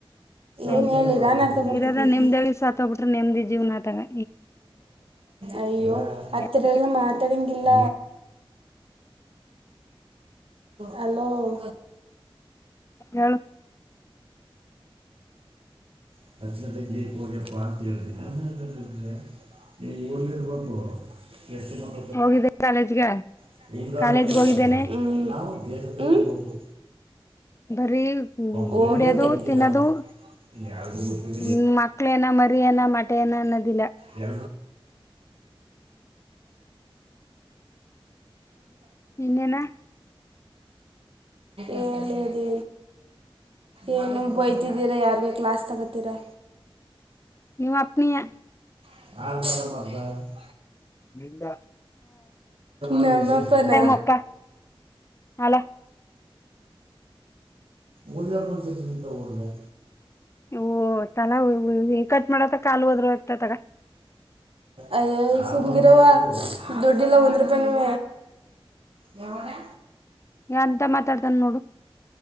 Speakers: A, on the right; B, on the left.
A: ಏನು
B: ಐ
A: ಹೇಳಿ ನಾನು ಅರ್ಥ ಮಾಡ್ಕೊತೀನಿ
B: ಇರೋದೆ ನಿಮ್ದಲ್ಲಿ ಸತೋಗ್ಬಿಟ್ರೆ ನೆಮ್ಡಿ ಜೀವ್ನ ಅತಾಗೆ.
A: ಅಯ್ಯೋ ಅತ್ರ
B: ಯಾತಿಗೆ
A: ಎಲ್ಲ ಮಾತಡಂಗಿಲ್ಲ. ಹಲೋ. <inaudible>
B: ಹೇಳು
A: <inaudible> <inaudible>
B: ಹೋಗಿದ್ದ ಕಾಲೇಜ್ಗೆ.
A: ಹ್ಮ್ಮ್
B: ಕಾಲೇಜ್ಗೆ ಹೋಗಿದ್ದೇನೆ
A: ಹ್ಮ್.
B: ಬರೀ
A: ಹೋಗಿದ್ದೆ
B: ಕುಡಿಯದು ತಿನ್ನದು.
A: ಇಲ್ಲ <inaudible>
B: ಹ್ಮ್ ಮಕ್ಳೇನ ಮರಿ ಎನ ಮಟ ಏನ ಅನ್ನೋದಿಲ್ಲ.
A: ಇಲ್ಲ.
B: ಇನ್ನೇನ
A: ಏಳೋದೆ. ಏನೆನೊ ಬೈತಿದ್ದೀರಾ ಯಾರ್ಗೊ ಕ್ಲಾಸ್ ತಗತರಾ.
B: ನಿಮ್ ಅಪ್ನಿಯ.
A: <inaudible>
B: ನಿಂದ.
A: ನಮ್ಮಪ್ಪಾನ.
B: ಮಕ್ಕ ಅಲ
A: <inaudible>
B: ಓ ತಲ <unintelligible> ಕಟ್ ಮಾಡತ್ತ ಕಾಲು ಹೋದ್ರು ಹೋಗ್ತಾತತ್ತಾಗ.
A: ಅಯ್ಯೋ ಸುಮ್ಗಿರವ ದುಡಿಲ್ಲ ಒಂದ್ ರೂಪಾಯ್ನುವ. ಯಾವಗಾ.
B: ಅಂತ ಮಾತಾಡ್ತಾನ ನೋಡು